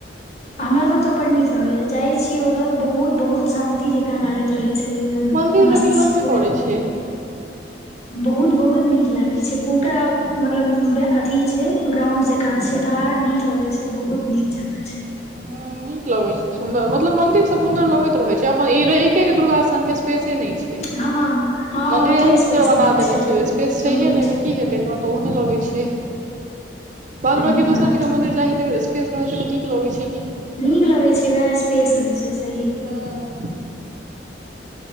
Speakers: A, on the left (about 40°); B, on the right (about 45°).
A: हमरा तऽ ओतऽ बड नीक लगैया, जाय छीयै ओतऽ तऽ बहुत-बहुत शान्ति जकाँ लागैत रहै।
B: मंदिर
A: मस्त
B: तऽ नीक लगबे
A: <inaudible>
B: करै छै
A: बहुत-बहुत नीक लागे छै, पूरा मतलब अथी छै ग्राउंड जकाँ छै। आर नीक लगै छै, बहुत नीक जगह छै।
B: ह नीक लगैत छै, सुन्दर मतलब मंदिर सब सुन्दर लगैत रहैत छै, अपन एके दुर्गा स्थान के। स्पेसे नहि छै,
A: हँ हँ
B: मंदिर
A: ओते
B: एहन
A: स्पेस
B: सुन्दर बना
A: नहि
B: देने छै स्पेस छैये
A: सुन्दर
B: नहि
A: छै
B: तऽ की हेतै तखन तऽ ओ। लगै छै, बाद
A: सही
B: बाँकी
A: बात
B: दोसर जगह मंदिर जाइ त स्पेस रहै छै तऽ नीक लग छै। कि
A: नीक लगै छै, उएह स्पेस रहै छै सही।
B: हँ